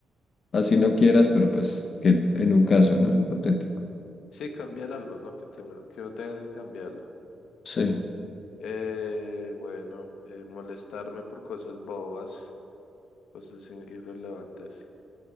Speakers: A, on the left; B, on the left.
A: así no quieras, pero pues que en un caso, ¿no? Hipotético.
B: sí, cambiar algo, ¿no? Que tengo, que no tenga que cambiarlo.
A: Sí.
B: Eh, bueno, eh, molestarme por cosas bobas, cosas i- irrelevantes.